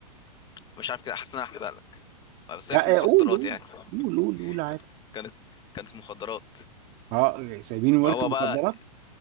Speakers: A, on the left; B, on the right.
A: مش عارف كده حاسس إن أنا هحرق لك بس
B: لا
A: هي كانت مخدرات
B: قول قول
A: يعني <laughs>
B: قول قول قول عادي
A: كانت كانت كانت مخدرات
B: اه سايبين ورث
A: فهو
B: المخدرات
A: بقى